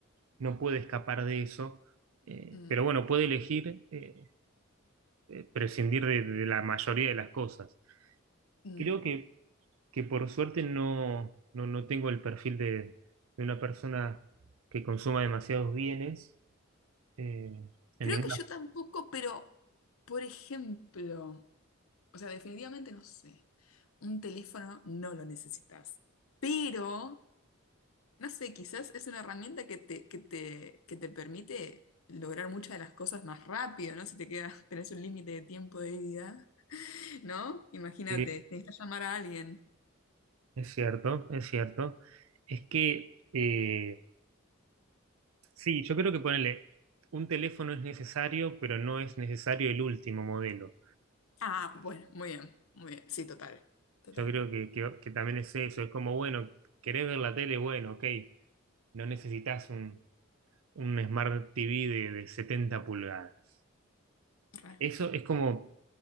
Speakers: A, on the right; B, on the left.
A: no puede escapar de eso, eh,
B: Mm,
A: pero bueno, puede elegir eh, eh, prescindir de, de la mayoría de las cosas.
B: mm.
A: Creo que que por suerte no, no, no tengo el perfil de, de una persona que consuma demasiados bienes, eh, en
B: Creo
A: ninguna...
B: que yo tampoco, pero, por ejemplo. O sea, definitivamente no sé. Un teléfono no lo necesitas. Pero, no sé, quizás es una herramienta que te, que te, que te permite lograr muchas de las cosas más rápido, ¿no? Si te quedas, <laughs> tenés un límite de tiempo de vida, ¿no? Imagínate,
A: sí,
B: necesitas llamar a alguien.
A: es cierto, es cierto. Es que, eh, sí, yo creo que ponerle un teléfono es necesario, pero no es necesario el último modelo.
B: Ah, bueno, muy bien, muy bien. Sí, total, total.
A: Yo creo que, que- que también es eso, es como, bueno, querés ver la tele, bueno, ok, no necesitas un, un Smart TV de, de 70 pulgadas.
B: re.
A: Eso es como,